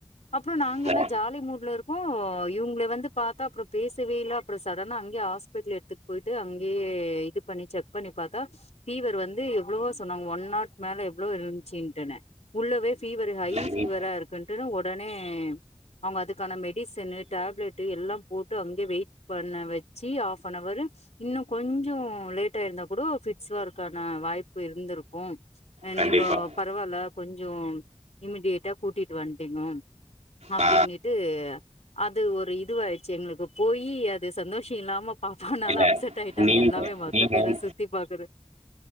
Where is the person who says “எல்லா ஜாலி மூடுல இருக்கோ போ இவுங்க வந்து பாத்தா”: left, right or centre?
Left